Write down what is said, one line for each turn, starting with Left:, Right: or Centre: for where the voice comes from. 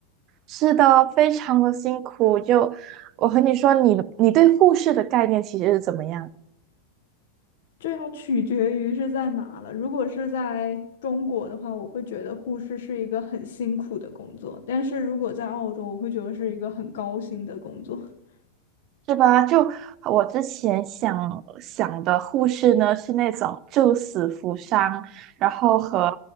Right: 是的，非常的辛苦。就我和你说你，你对护士的概念其实是怎么样，
Left: 这要取决于是在哪了。如果是在中国的话，我会觉得护士是一个很辛苦的工作；但是如果在澳洲，我会觉得是一个很高薪的工作。<laughs>
Right: 是吧？就我之前想想的护士呢，是那种救死扶伤，然后和